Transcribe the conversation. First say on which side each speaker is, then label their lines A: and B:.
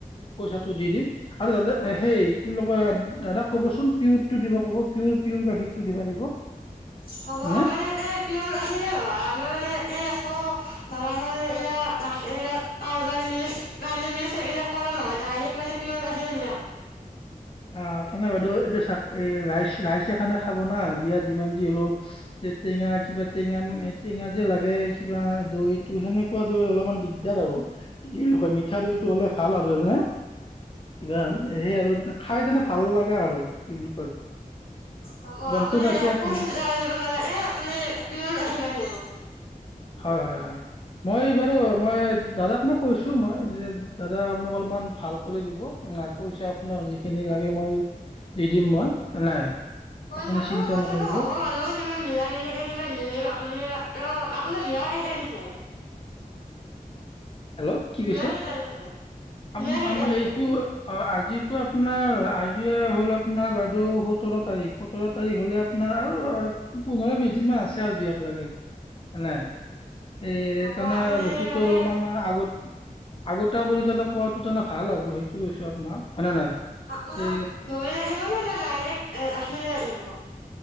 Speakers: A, on the left (about 35°); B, on the left (about 80°).
A: পইচাটো দি দিম। আৰু দাদা সেই- ইটোৰ লগত দাদাক কবচোন পিউৰটো দিব কব। পিউৰ- পিউৰ গাখীৰটো দিবা দিব।
B: হ'ব।
A: নে
B: আমাৰ <unintelligible> মানে পিউৰ গাখীৰে হয়। আমাৰ মানে এই আকৌ ধৰা হ'ল, এয়া গাখীৰৰ পাউদাৰ মিক্স, পানী মিক্স এইবিলাক কৰা নহয়। ডাইৰেক্ট মানে পিয়ৰ গাখীৰে দিয়া হয়।
A: অ' তাৰমানে বাইদেউ, এতিয়া চাওক, এ ৰাইছ- ৰাইজে খানা খাব না, বিয়াৰ দিনত যি হলেও। টেঙা কিবা টেঙা- টেঙা যে লাগে কিবা, দৈটো সেনেকুৱা দৈ অলপমান দিগদাৰ আৰু। কি বুলি কয় মিঠা দৈটো হ'লে ভাল আৰু জানে? কিবা। সেই আৰু খাই তেনে ভাল লাগে আৰু, কি বুলি কয়।
B: হ'ব।
A: গমটো
B: আপুনি
A: পাইছে
B: একো
A: আপুনি
B: চিন্তা কৰিব নালাগে। আপুনি পিউৰ গাখীৰ পাই যাব।
A: হয় - হয় - হয়। মই এইবাৰো মই দাদাক মোক কৈছোঁ মই যে দাদা মোক অলপমান ভাল কৰি দিব। নাই, পইচা আপোনাক যিখিনি লাগে মই দি দিম মই। নাই।
B: পইচা-
A: আপুনি চিন্তা
B: পইচাটো
A: নকৰিব
B: হ'ব বাৰু। সিমান মিলা-মিলিকে <unintelligible> আপুনি অ' আপোনাৰ বিয়া কেই তাৰিখে?
A: হেল্ল'? কি
B: বিয়া
A: কৈছে?
B: কেই তাৰিখে
A: আম-
B: বিয়া কেই
A: আমাৰ
B: তাৰিখে
A: এইটো অ' আ যিটো আপোনাৰ আজি হ'ল আপোনাৰ বাইদেউ সোতৰ তাৰিখ। সোতৰ তাৰিখ হলে আপোনাৰ আৰু পোন্ধৰ- বিশ দিনমান আছে আৰু বিয়াক লাগে। নাই। এই
B: হ'ব
A: তানে
B: আপুনি
A: বস্তুটো
B: মানে
A: অলপমান আগতে কৰি তেনে কোৱাটো তেনে ভাল আৰু। সেইটো কৈছোঁ আপোনাক। হয়েনে নাই?
B: আপোনাক
A: এ
B: দৈ লাগিব নে ডাইৰেক্ট অ' গা খীৰে লাগিব?